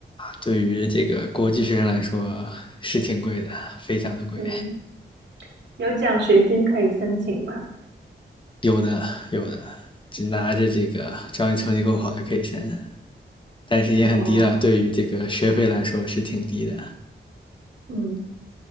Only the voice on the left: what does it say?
对于这个国际学生来说是挺贵的，非常的贵。
有的有的，只拿着这个，只要你成绩够好就可以申，但是也很低了。
对于这个学费来说是挺低的。